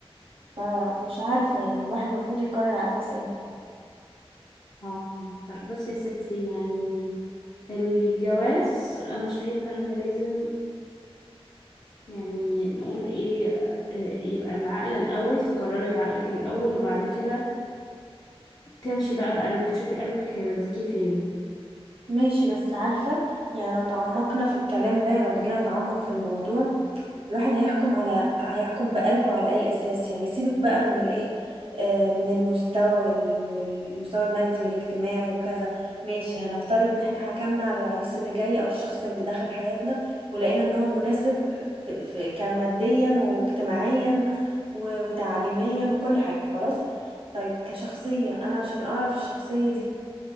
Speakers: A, on the right; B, on the left.
A: فمش عارفة يعني الواحد المفروض يقرر على اساس ايه
B: آه، بصي يا ستي يعني الجواز أنا شايفة إن لازم يعني نقول إيه آه، يبقى العقل الأول تقرري بعقلك الأول وبعد كده تمشي بقى بقلبك تشوفي قلبك هيوديكي فين
A: ماشي بس عارفة يعني لو تعمقنا في الكلام ده يعني لو جينا نتعمق في الموضوع الواحد هيحكم على هيحكم بقلبه على أي أساس يعني سيبك بقى من الإيه آه، من المستوى وال- والمستوى المادي والاجتماعي وكذا ماشي هنفترض إن احنا حكمنا على العريس اللي جاي أو الشخص اللي دخل حياتنا ولقينا إن هو مناسب ب- في- كماديا واجتماعيا و- وتعليميا وكل حاجة خلاص طيب كشخصية أنا عشان أعرف الشخصية دي